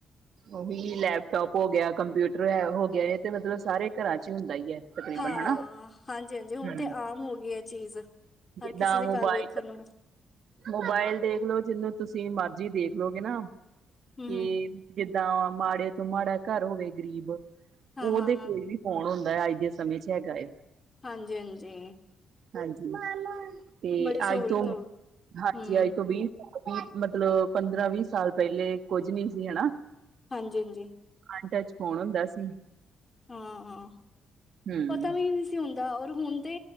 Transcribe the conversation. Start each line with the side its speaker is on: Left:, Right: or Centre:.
Right: ਉਹੀ ਲੈਪਟੋਪ ਹੋ ਗਿਆ, ਕੰਪਿਊਟਰ ਹੋ ਗਿਆ ਇਹ ਤੇ ਮਤਲਬ ਸਾਰੇ ਘਰਾਂ ਚ ਹੀ ਹੁੰਦਾ ਹੀ ਹੈ। ਤਕਰੀਬਨ
Left: ਹਾਂ,
Right: ਹਨਾ
Left: ਹਾਂਜੀ ਹਾਂਜੀ ਹੁਣ
Right: ਹੂੰ
Left: ਤੇ ਆਮ ਹੋ ਗਈ ਇਹ ਚੀਜ਼ ਹਰ
Right: ਜਿੱਦਾਂ
Left: ਕਿਸੇ ਦੇ
Right: ਮੋਬਾਇਲ
Left: ਘਰ ਵੇਖਣ ਨੂੰ ਮ
Right: ਮੋਬਾਇਲ ਦੇਖਲੋ ਜਿਹਨੂੰ ਤੁਸੀਂ ਮਰਜ਼ੀ ਦੇਖਲੋਗੇ ਨਾ
Left: ਹਮ
Right: ਕਿ
Left: ਹਮ
Right: ਜਿੱਦਾਂ ਮਾੜੇ ਤੋਂ ਮਾੜਾ ਘਰ ਹੋਵੇ ਗਰੀਬ ਉਹਦੇ
Left: ਹਾਂ ਹਾਂ ਹਾਂ
Right: ਕੋਲ ਵੀ ਫੋਨ ਹੁੰਦਾ ਹੈ, ਅੱਜ ਦੇ ਸਮੇਂ ਚ ਹੈਗਾ ਏ।
Left: ਹਾਂਜੀ, ਹਾਂਜੀ।
Right: ਹਾਂਜੀ ਤੇ
Left: ਬੜੀ ਸਹੂਲਤ
Right: ਅੱਜ ਤੋਂ
Left: ਹੋ
Right: ਹਾਂਜੀ
Left: ਹਮ
Right: ਆਈ। ਵੀਹ, ਵੀਹ ਮਤਲਬ ਪੰਦਰਾਂ ਵੀਹ ਸਾਲ ਪਹਿਲੇ ਕੁੱਝ ਨਹੀਂ ਸੀ ਹਨਾ।
Left: ਹਾਂਜੀ, ਹਾਂਜੀ।
Right: ਅਨ ਟਚ ਫੋਨ ਹੁੰਦਾ ਸੀ।
Left: ਹਾਂ ਹਾਂ
Right: ਹਮ
Left: ਪਤਾ ਵੀ ਨਹੀਂ ਸੀ‌ ਹੁੰਦਾ, ਔਰ ਹੁਣ ਤੇ